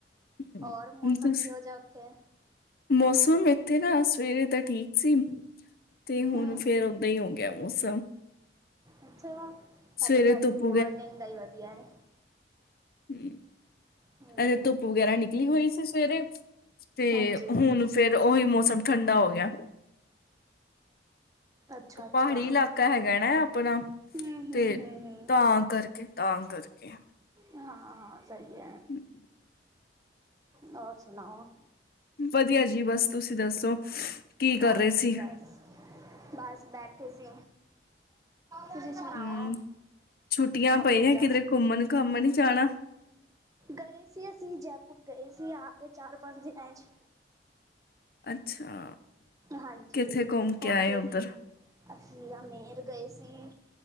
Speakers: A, on the left (about 55°); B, on the right (about 20°).
A: ਹਮ,
B: ਹੋਰ ਮੌਸਮ
A: ਤੁਸੀਂ
B: ਕਿਹੋ ਜਿਹਾ ਉੱਥੇ
A: ਮੌਸਮ ਇਥੇ ਨਾ ਸਵੇਰੇ ਦਾ ਠੀਕ ਸੀ ਤੇ ਹੁਣ
B: ਹੂੰ,
A: ਫੇਰ ਓਦਾਂ ਹੀ ਹੋ ਗਿਆ ਮੌਸਮ
B: ਅੱਛਾ ਸਾਡੇ
A: ਸਵੇਰੇ
B: ਤਾਂ ਇੱਥੇ
A: ਧੁੱਪ
B: ਮੋਰਨਿੰਗ ਦਾ ਹੀ ਵਧੀਆ ਹੈ
A: ਹਮ
B: ਹੂੰ,
A: ਅੇ ਧੁੱਪ ਵਗੈਰਾ ਨਿਕਲੀ ਹੋਈ ਸੀ ਸਵੇਰੇ ਤੇ
B: ਹਾਂਜੀ
A: ਹੁਣ ਫੇਰ ਉਹੀ ਮੌਸਮ ਠੰਡਾ ਹੋ ਗਿਆ ਪਿਆ
B: ਅੱਛਾ-ਅੱਛਾ
A: ਪਹਾੜੀ ਇਲਾਕਾ ਹੈਗਾ ਨਾ ਆਪਣਾ
B: ਹੂੰ-ਹੂੰ-ਹੂੰ-ਹੂੰ
A: ਤੇ ਤਾਂ ਕਰਕੇ ਤਾਂ ਕਰਕੇ <unintelligible>
B: ਹਾਂ ਹਾਂ ਸਹੀ ਹੈ
A: <unintelligible>
B: ਹੋਰ ਸੁਣਾਓ
A: ਵਧੀਆ ਜੀ ਬਸ ਤੁਸੀਂ ਦੱਸੋ ਕੀ ਕਰ
B: ਹਾਂਜੀ
A: ਰਹੇ ਸੀ
B: ਬਸ, ਬਸ ਬੈਠੇ ਸੀ ਤੁਸੀਂ ਸੁਣਾਓ
A: ਹੂੰ ਛੁੱਟੀਆਂ
B: ਸਭ
A: ਪਈਆਂ
B: ਵਧੀਆ
A: ਕਿਧਰੇ
B: ਵਾ
A: ਘੁੰਮਣ ਘਾਮਣ ਨੀ ਜਾਣਾ
B: ਗਏ ਸੀ ਅਸੀਂ ਜੈਪੁਰ ਗਏ ਸੀ ਆ ਕੇ ਚਾਰ ਪੰਜ ਦਿਨਾਂ ਚ
A: ਅੱਛਾ
B: ਹਾਂਜੀ
A: ਕਿੱਥੇ ਘੁੰਮ ਕੇ
B: ਉੱਥੇ
A: ਆਏ ਉੱਧਰ
B: ਵੀ ਅਸੀਂ ਅਜਮੇਰ ਗਏ ਸੀ